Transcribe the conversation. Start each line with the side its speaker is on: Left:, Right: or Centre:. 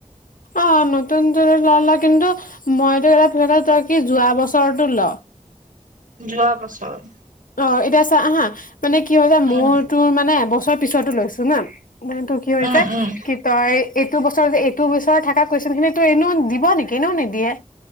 Left: অ নতুন টো ললে কিন্তু মইতো এটা তই কি যোৱা বছৰতো ল।
Right: যোৱা বছৰ,
Left: অ এতিয়া চা হা, মানে কি হয় যে
Right: উম
Left: মোৰ তোৰ মানে এবছৰত, পিছতো লৈছো না- মানে ত টো কি হৈ
Right: উম
Left: যায়
Right: উম
Left: কি তই এইটো বছৰ যে এইটো বছৰ থকা কুৱেচন খিনিতো এনেও দিব নেকি এনেও নিদিয়ে